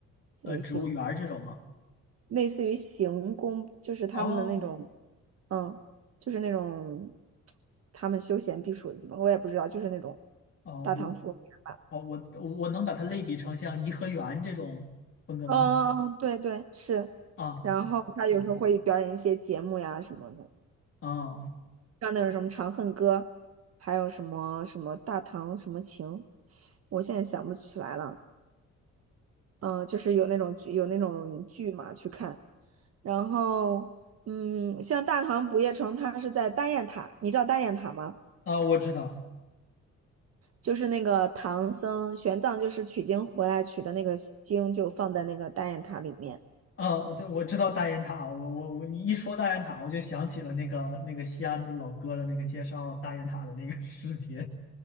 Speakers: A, on the left; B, on the right.
A: 呃，
B: 呃行
A: 植物园儿这种吗？
B: 类似于行宫，就是他们的那种，
A: 哦
B: 嗯，就是那种他们休闲避暑的地方，我也不知道，就是那种
A: 哦，
B: 大唐芙蓉园吧。
A: 我哦我我能把它类比成像颐和园这种风格的吗？
B: 嗯嗯，嗯对对是，
A: 啊，
B: 然后他有时候会表演一些节目呀什么的。
A: 好，嗯啊
B: 像那种什么《长恨歌》，还有什么什么《大唐什么情》，我现在想不起来了。嗯、呃就是有那种剧有那种剧嘛去看，然后嗯，像《大唐不夜城》，它是在大雁塔，你知道大雁塔吗？
A: 啊，我知道，
B: 就是那个唐僧玄奘就是取经回来取的那个经，就放在那个大雁塔里面。
A: 啊，对，我知道大雁塔，我我我，你一说大雁塔，我就想起了那个那个西安的老哥的那个介绍大雁塔的那个 <laughs> 视频